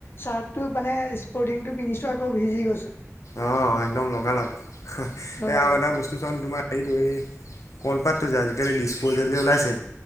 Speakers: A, on the left; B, on the left.
A: চাৰ্ট টো মানে স্পৰ্টিং টো পিন্ধিছো আকৌ ভিজি গৈছো।
B: অ' একদম লগালগ
A: লগালগ
B: এ আৰু এটা বস্তু চোন তোমাৰ হেৰিটো এই। কলপাতটো যে আজিকালি ডিছপ'জেল ওলাইছে